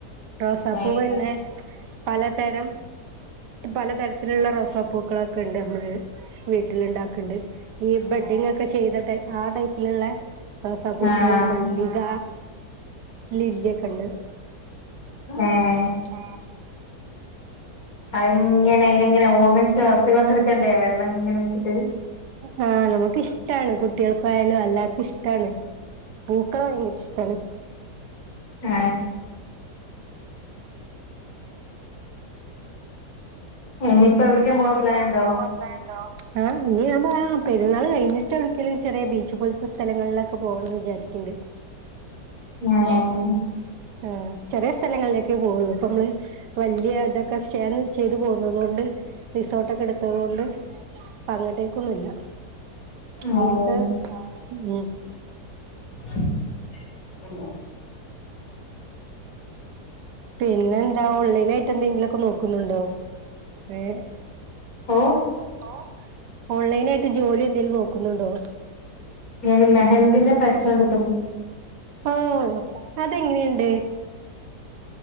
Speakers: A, on the right (about 80°); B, on the left (about 60°).
A: റോസാപ്പൂ
B: ഏഹ്
A: എന്നെ പലതരം പലതരത്തിലുള്ള റോസാപ്പൂക്കളൊക്കെ ഉണ്ട് നമ്മള് വീട്ടിലുണ്ടാക് ക്ണ്ട് ഈ ബഡിങ് ഒക്കെ ചെയ്തിട്ട് ആ ടൈപ്പിലുള്ളെ റോസാ പൂക്കള്
B: ആഹ്
A: മല്ലിക ലില്ലയൊകെണ്ട്
B: ഏ
A: ഏ
B: അതിങ്ങനെ അയിനെങ്ങനെ ഓമനിച്ചു വളർത്തി കൊണ്ടെടുക്കണ്ടേ വെള്ളം എങ്ങനെ ഒഴിച്ചിട്ട്
A: ആഹ് നമുക്കിഷ്ടാണ് കുട്ടികൾക്കായാലും എല്ലാർ ഇഷ്ടാണ് പൂക്കളെ ഭയങ്കര ഇഷ്ടാണ്
B: ഏ <unintelligible> പോവാൻ
A: ഇനിയിപ്പോ
B: പ്ലാൻ
A: എവിടക്കാൻ
B: ഉണ്ടോ
A: പോവാൻ പ്ലാൻ ഉണ്ടോ ഇനി നമ്മള് പെരുന്നാൾ കഴിഞ്ഞിട്ട് എവിടെക്കെല് ചെറിയ ബീ ച്ച് പോലത്തെ സ്ഥലങ്ങളിലൊക്കെ പോണെന്നു വിചാരിക്കും അ
B: ഏഹ്
A: ആ ചെറിയ സ്ഥലങ്ങളിലേക്കെ പോകുന്നു ഇപ്പ നമ്മള് വലിയ ഇ സ്റ്റെയർറിംഗ് ചെയ്തു പോകുന്നതുകൊണ്ട് <inaudible> റിസോർട്ടൊക്കെ എടുത്തത് കൊണ്ട് അപ്പം അങ്ങിട്ടേക്കൊന്നുമില്ല
B: ആഹ്
A: എങ്ങനത്തെ ഉം
B: <unintelligible>
A: പിന്നെ എന്താ ഓൺലൈൻ ആയിട്ട് എന്തെങ്കിലൊക്കെ നോക്കുന്നുണ്ടോ ഏഹ്
B: ഓ
A: ഓ ഓൺലൈന ജോലി എന്തേലും നോക്കുന്നുണ്ടോ
B: ഞാൻ മെഹന്തിന്റെ പഠിച്ചൊണ്ടിക്കണ്
A: ഓ അതെങ്ങനെയുണ്ട്